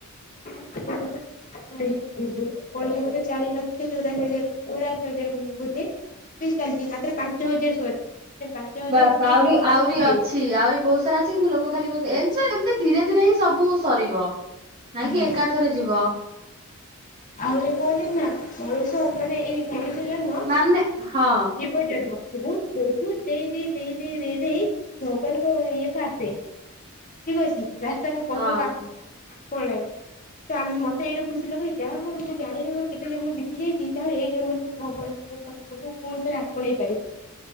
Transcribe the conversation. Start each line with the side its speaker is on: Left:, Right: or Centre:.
Left: <unintelligible> ଳିଯିବଧ ଚାରି ଲକ୍ଷ ଚଉରାଶ ହଜାର ଚଉରାଶ ହଜାର ବୋଧେ? ଏବେ ଚାଲିଛି ମାତ୍ର ପାଞ୍ଚ ହଜାର ସରିଛି। ହଜାର
Right: ବାସ ଆହୁରି
Left: ଭଗବାନ
Right: ଆହୁରି
Left: ଥିଲେ
Right: ଅଛି ଆହୁରି ବହୁତ ସାରା ଅଛି କିନ୍ତୁ ଲୋକ ଖାଲି କହୁଛନ୍ତିମତି
Left: ଅଛି
Right: ଏମିତି ଧୀରେ ସେିନ ହିଁ ସବୁ ସରିବ। ନାଇଁ
Left: ହଁ।
Right: କି ଏକାଥରେ ଯିବ।
Left: ଆହୁରି କୁହନ୍ତି ନା ମଣିଷ ମାନେ ଏଇ ମଣିଷ ଜନ୍ମ
Right: ମାନେ ହଁ
Left: ଯିବ ଜମ ବହୁତ ବହୁତ ଦେଇ ଦେଇ ଦେଇ ଦେଇ ଦେଇ ଦେଇ ଭୋଗଲ କ ଇଏ ବି ଆସେ ଠିକ ଅଛି ରାସ୍ତାକୁ ପଛକୁ
Right: ହଁ
Left: ଆପଣ ତ ଆମେ ମତେ ଏଇଟା ଖୁସି ଲଖାଇ ଯାହା ହଉ ମୁଁ ଜାଣିନି ମୋର କେତେ ଜନ୍ମ ବିତିଯାଇଛି ଯାହାଉ ଏଇ ଜନ୍ମରେ ମୁଁ ଭଗବାନଙ୍କ ପାଖକୁ ପୁଣିଥରେ ଆପଣେଇ ପାରିଛି।